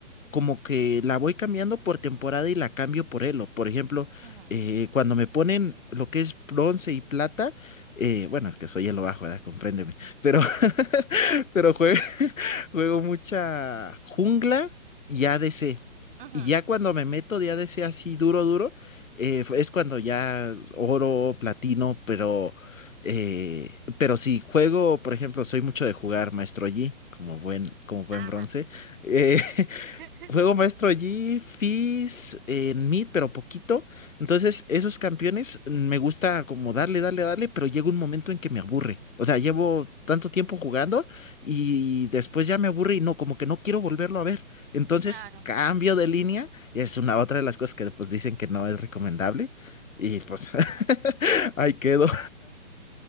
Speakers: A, on the left; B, on the right.
A: como que la voy cambiando por temporada y la cambio por elo. Por ejemplo,
B: Ujú.
A: eh, cuando me ponen lo que es bronce y plata, eh, bueno, es que soy elo bajo, ¿verdad? Compréndeme. Pero, <laughs> pero juego <laughs> Juego mucha jungla y ADC.
B: Ujú.
A: Y ya cuando me meto de ADC así duro, duro, eh, es cuando ya es oro, platino, pero, eh, pero si juego, por ejemplo, soy mucho de jugar Maestro Yi, como buen, como buen
B: Ajá.
A: bronce. eh,
B: <laughs>
A: Juego maestro allí, Fizz, en mid, pero poquito. Entonces, esos campeones mm, me gusta como darle, darle, darle, pero llega un momento en que me aburre. O sea, llevo tanto tiempo jugando y después ya me aburre y no, como que no quiero volverlo a ver. Entonces,
B: Claro.
A: cambio de línea. y Es una otra de las cosas que pues dicen que no es recomendable. Y pues <laughs> ahí quedo.